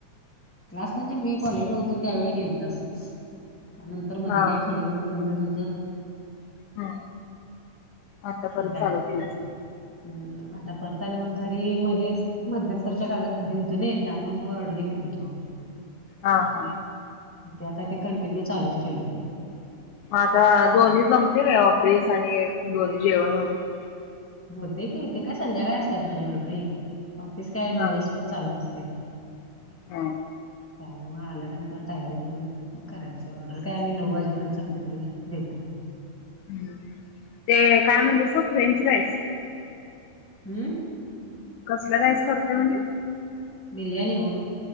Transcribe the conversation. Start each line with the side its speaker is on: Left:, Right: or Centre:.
Centre: क्लास म्हणजे मी कॉलेजला होतो त्यावेळी केलत असंच. त्यानंतर मध्ये
Left: हा.
Centre: काय थोडे दिवस बंदच होत.
Left: हा आता परत
Centre: त्यानंतर
Left: चालू केलास
Centre: नाय
Left: का?
Centre: अ आता परत आणि मग घरी मध्येच मध्यतरच्या कालात घरी होतो नी त्यामुळे मग ऑर्डरिंग घेत होतो.
Left: हा हा!
Centre: ते आता ते कंटिन्यू चालूच ठेवले.
Left: आता दोन्ही जमतेय ऑफिस आणि हे दोन्ही जेवण वगैरे.
Centre: होते कि ते काय संध्याकाळी असतात माझे ऑरडरी ऑफिस काय
Left: हा
Centre: दिवसभर चालू असतय.
Left: हा!
Centre: <inaudible> त्यामुळे मग आल्यानंतर तयारी करून मग करायचं ऑर्डर काय आम्ही नऊ वाजेपर्यंत संध्याकाळी देत नाही.
Left: ह ते काय म्हणतेसो फ्रेंच राईस?
Centre: हूं!
Left: कसला राईस करते म्हणले?
Centre: बिर्याणी हो.